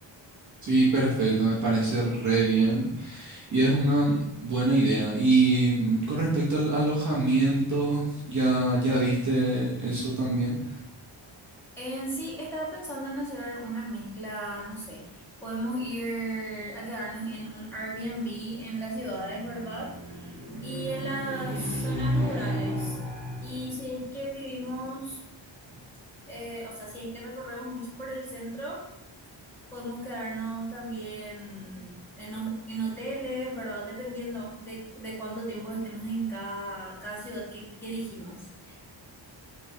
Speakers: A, on the right (about 40°); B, in the centre.
A: Sí, perfecto, me parece re bien y es una buena idea. Y mm, con respecto al alojamiento, ya, ya viste eso también.
B: En sí, estaba pensando en hacer una mezcla, no sé, podemos ir a quedarnos en un Airbnb en las ciudades, ¿verdad? Y en las zonas rurales. Y si es que vivimos eh, o sea, si es que recorremos mucho por el centro, podemos quedarnos también en, ho- en hoteles, ¿verdad? Dependiendo de, de cuánto tiempo estemos en cada, cada ciudad que, que dijimos.